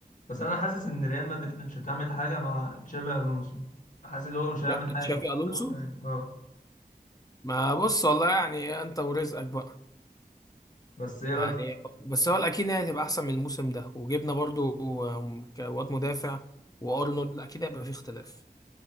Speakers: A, on the left (about 50°); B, on the left (about 25°).
A: بس انا حاسس ان ريال مدريد مش هتعمل حاجه مع تشابي الونسو حاسس ان هو مش هيعمل
B: لا، تشافي
A: حاجه مش
B: الونسو
A: هيعمل حاجه اه
B: ما بص والله يعني انت ورزقك بقى
A: بس ايه رايك
B: يعني بس هو الاكيد هي هتبقى احسن من الموسم ده وجبنا برضو آم، ك- واد مدافع وارنولد اكيد هيبقى في اختلاف